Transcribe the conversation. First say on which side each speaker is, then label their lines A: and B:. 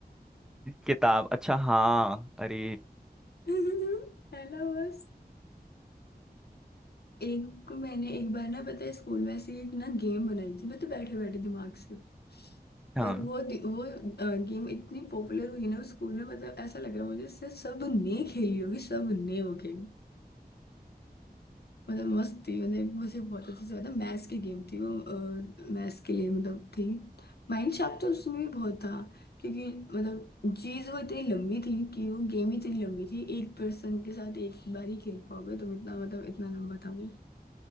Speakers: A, in the centre; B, on the left (about 70°).
A: किताब अच्छा हाँ अरे
B: <laughs> है ना बस एक मैंने एक बार ना पता है स्कूल में ऐसे एक ना गेम बनाई थी मतलब बैठे बैठे दिमाग से
A: हाँ
B: पर वो दि- वो गेम इतनी पॉपुलर हुई ना उस स्कूल में मतलब ऐसा लग रहा मुझे इससे सबने खेली होगी सबने वो गेम मतलब मस्त थी मतलब मुझे बहुत अच्छे से याद है मैथ्स की गेम थी वो मैथ्स के लिए मतलब थी माइंड शार्प तो उसमें भी बहुत था क्योंकि मतलब चीज़ वो इतनी लंबी थी कि वो गेम ही इतनी लंबी थी एक पर्सन के साथ एक बार ही खेल पाओगे तुम इतना मतलब इतना लंबा था वो